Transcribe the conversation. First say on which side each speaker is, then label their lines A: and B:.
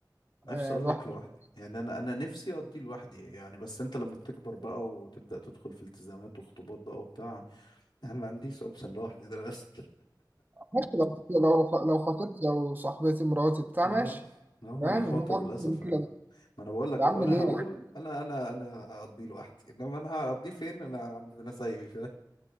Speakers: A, on the left; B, on the right.
A: نفسي
B: آه،
A: اقول
B: لوحدي
A: لك لوحدي يعني انا انا نفسي اقضي لوحدي يعني بس انت لما بتكبر بقى وتبدا تدخل في التزامات وخطوبات بقى وبتاع يعني ما عنديش اوبشن لوحدي ده للاسف
B: ماشي لو لو لو خطيبتي لو صاحبتي مراتي بتاع
A: <laughs> اه
B: ماشي
A: هو
B: فاهم
A: انا خاطب
B: ان انا اكتر
A: للاسف
B: من كده
A: يعني
B: لا.
A: ما انا بقول لك
B: يا
A: لو
B: عم
A: انا
B: ليه
A: هقول
B: يعني
A: انا انا انا هقضيه لوحدي انما انا هقضيه فين انا عند انا سايبي فاهم؟